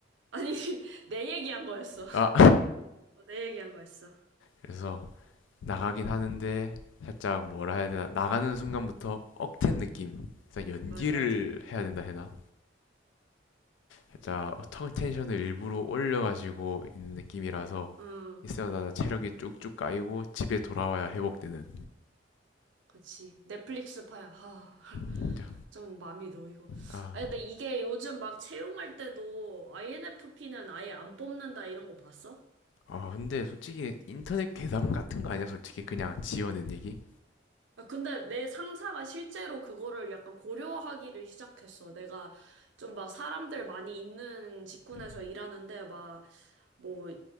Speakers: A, on the right; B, on the left.
A: 아니, <laughs> 내 얘기한 거였어.
B: 아,
A: <laughs> 내 얘기한 거였어.
B: 그래서 나가긴 하는데 살짝 뭐라 해야 되나 나가는 순간부터 억텐 느낌. 그래서 연기를
A: 맞아, 맞아.
B: 해야 된다 해나? 살짝 턱 텐션을 일부러 올려가지고 있는 느낌이라서
A: 응,
B: 있어야 체력이 쭉쭉 까이고 집에 돌아와야 회복되는.
A: 그치. 넷플릭스 파야. 하. <laughs>
B: 진짜.
A: 좀 마음이 놓이고.
B: 아,
A: 아니, 근데 이게 요즘 막 채용할 때도 INFP는 아예 안 뽑는다 이런 거 봤어?
B: 아 근데 솔직히 인터넷 괴담 같은 거 아니야? 솔직히 그냥 지어낸 얘기?
A: 아, 근데 내 상사가 실제로 그거를 약간 고려하기를 시작했어. 내가 좀 막 사람들 많이 있는 직군에서
B: 음.
A: 일하는데 막 뭐